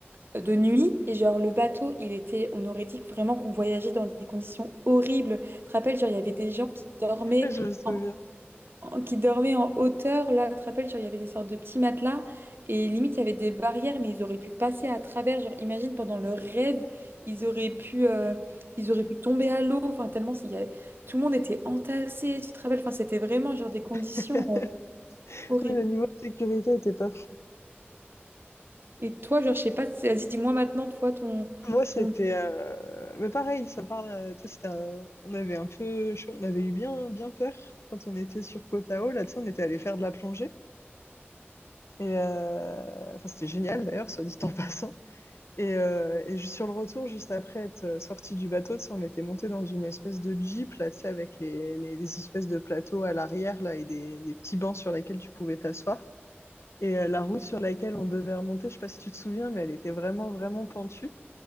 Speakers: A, on the right; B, on the left.
A: de nuit et genre le bateau il était on aurait dit que vraiment qu'on voyageait dans des conditions horribles tu te rappelles genre il y avait des gens qui dormaient
B: Ouais, Je me souviens.
A: en, en- qui dormaient en hauteur là tu te rappelles genre il y avait des sortes de petits matelas et limite il y avait des barrières mais ils auraient pu passer à travers genre imagine pendant leur rêve ils auraient pu euh, ils auraient pu tomber à l'eau enfin tellement s'il y avait- tout le monde était entassé tu te rappelles enfin c'était vraiment genre des conditions
B: <laughs>
A: euh, horribles
B: Oui, le niveau de sécurité était pas fou.
A: et toi genre je sais pas vas-y dis-moi maintenant toi ton
B: Moi, c'était,
A: ton
B: euh, mais pareil, ça parle. euh, tu sais, c'était un- on avait un peu, chaud- on avait eu bien, bien peur quand on était sur Koh Tao. Là, tu sais, on était allé faire de la plongée. Et euh, enfin, c'était génial d'ailleurs, soit dit en <laughs> passant. Et, euh, et ju- sur le retour, juste après être sorti du bateau, tu sais, on était monté dans une espèce de jeep, là, tu sais, avec les, les- des espèces de plateaux à l'arrière, là, et des, des petits bancs sur lesquels tu pouvais t'asseoir. Et euh, la route sur laquelle on devait remonter, je sais pas si tu te souviens, mais elle était vraiment, vraiment pentue.